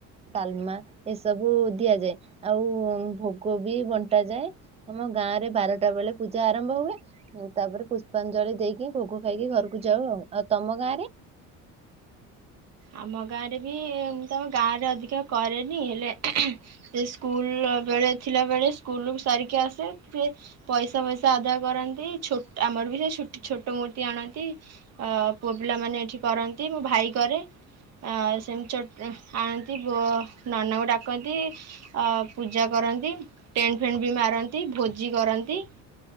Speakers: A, on the right; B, on the right.
A: ଡାଲମା ଏସବୁ ଦିଆଯାଏ ଆଉ ଭୋଗ ବି ବଣ୍ଟା ଯାଏ ଆମ ଗାଁରେ ବାରଟା ବେଳେ ପୂଜା ଆରମ୍ଭ ହୁଏ। ତାପରେ ପୁଷ୍ପାଞ୍ଜଳି ଦେଇକି ଭୋଗ ଖାଇକି ଘରକୁ ଯାଉ ଆଉ। ଆଉ ତମ ଗାଁରେ?
B: ଆମ ଗାଁରେ ବି ଏତି ଆମ ଗାଁରେ ଅଧିକା କରେନି ହେଲେ ସେ ସ୍କୁଲବେଳେ ଥିଲାବେଳେ ସ୍କୁଲ ସାରିକି ଆସେ ସେ ପଇସା ଫଇସା ଆଦାୟ କରନ୍ତି ଛୋଟ ଆମର ବି ସେ ଛୋଟ ମୂର୍ତ୍ତି ଆଣନ୍ତି ଅ ପୁଅପିଲାମାନେ ଏଠି କରନ୍ତି ମୋ ଭାଇ କରେ। ଅ ସେମିତି <unintelligible> ନନାଙ୍କୁ ଡାକନ୍ତି ଅ ପୂଜାକରନ୍ତି ଟେଣ୍ଟ ଫେଣ୍ଟ୍ ବି ମାରନ୍ତି ଭୋଜି କରନ୍ତି।